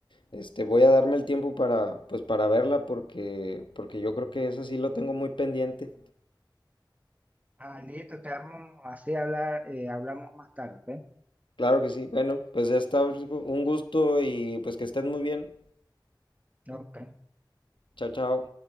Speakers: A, on the left; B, on the right.
A: este, voy a darme el tiempo para, pues para verla porque, porque yo creo que eso sí lo tengo muy pendiente.
B: Ah, listo, quedamos así, hablar, eh, hablamos más tarde,
A: Claro que sí. Bueno, pues ya está, un gusto y pues que estén muy bien.
B: ¿ok? Ok.
A: Chao, chao.